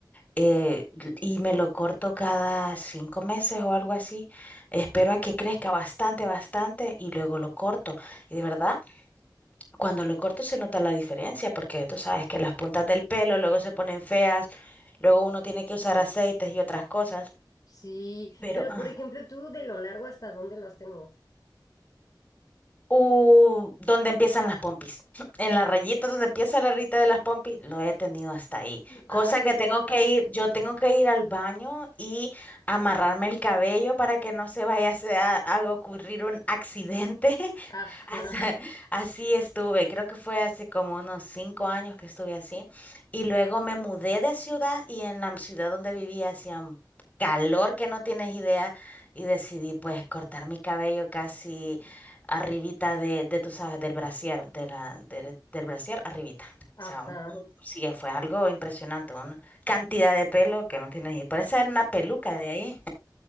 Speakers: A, on the left; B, on the left.
A: eh, l- y me lo corto cada cinco meses o algo así. Espero a que crezca bastante, bastante y luego lo corto. Y de verdad. Cuando lo corto se nota la diferencia, porque tú sabes que las puntas del pelo luego se ponen feas, luego uno tiene que usar aceites y otras cosas,
B: Sí,
A: pero
B: pero
A: ah,
B: por ejemplo, tú de lo largo hasta dónde lo has tenido.
A: uh, ¿dónde empiezan las pompis? <laughs> En la rayita donde empieza la rita de las pompis, lo he tenido hasta ahí. Cosa
B: Ay,
A: que
B: de
A: tengo
B: verdad.
A: que ir, yo tengo que ir al baño y amarrarme el cabello para que no se vaya a, hacer- a- a ocurrir un accidente
B: Ajá,
A: <laughs> Así así estuve, creo que fue hace como unos cinco años que estuve así. Y luego me mudé de ciudad y en la ciudad donde vivía hacía un calor que no tienes idea y decidí pues cortar mi cabello casi arribita de, de tú sabes, del brasier, de la, de- del brasier arribita.
B: ajá.
A: O sea, un- un- sí, fue algo impresionante, una cantidad de pelo que no tienes idea. Parece una peluca de ahí.